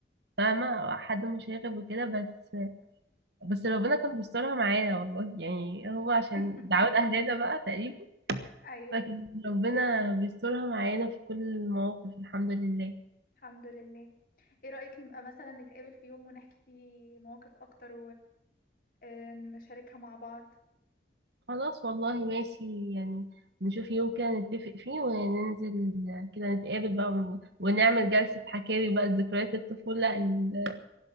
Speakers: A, on the right (about 70°); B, on the left (about 50°).
A: فاهمة حد مشاغب وكده بس بس ربنا كان بيسترها معانا والله يعني هو عشان
B: <laughs>
A: دعوات أهلنا بقى تقريبا
B: أيوة
A: فكان ربنا بيسترها معانا في كل المواقف الحمد لله
B: الحمد لله إيه رأيك نبقى مثلا نتقابل في يوم ونحكي فيه مواقف أكتر ونشاركها مع بعض
A: خلاص والله ماشي يعني نشوف يوم كده نتفق فيه وننزل كده نتقابل بقى ون- ونعمل جلسة حكاوي بقى ذكريات الطفولة ال...